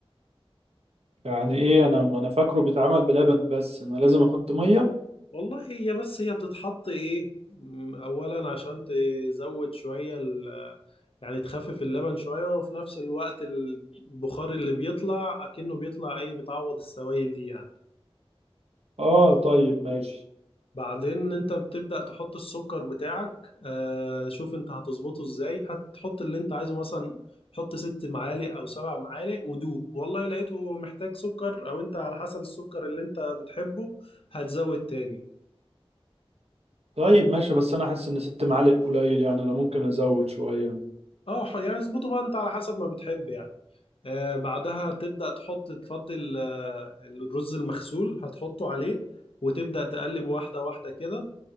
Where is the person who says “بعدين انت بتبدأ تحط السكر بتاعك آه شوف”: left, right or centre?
Left